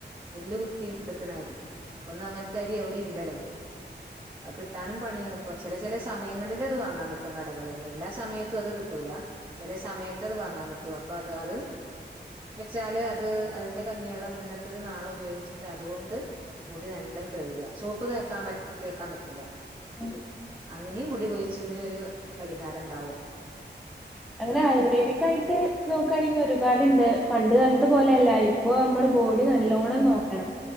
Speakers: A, on the right (about 20°); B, in the centre.
A: നെല്ല് കുത്തി എടുക്കണ അരി ഇപ്പൊന്നും അങ്ങനത്തെ അരി എവിടെ ഇല്ലല്ലോ അഹ് കിട്ടാനും പണിയാണ് ഇപ്പ ചെല ചെലെ സമയങ്ങളിൽ അത് വാങ്ങാൻ കിട്ടും കടകളിൽന്ന് എല്ലാ സമയത്തും അത് കിട്ടൂല ചെലെ സമയത്ത് അത് വാങ്ങാൻ കിട്ടും അപ്പൊ അത് അത് വെച്ചാല് അത് അതിന്റെ കഞ്ഞിവെള്ളം ഇന്നത്തത് നാളെ ഉപയോഗിച്ചിട്ട് അതുകൊണ്ട് മുടി നല്ലും കഴുക സോപ്പ് തേക്കാൻ തേക്കാൻ പറ്റില്ല
B: ഉം
A: അങ്ങനെയും മുടി കൊഴിച്ചലിന് ഒരു പരിഹാരം ണ്ടാവും
B: അങ്ങനെ ആയുർവേദിക് ആയിട്ട് നോക്കയാണെങ്കിൽ ഒരുപാടുണ്ട് പണ്ട് കാലത്ത് പോലെയല്ലായി ഇപ്പൊ നമ്മള്
A: അതെ
B: ബോഡി നല്ലോണം
A: അതെ
B: നോക്കണം.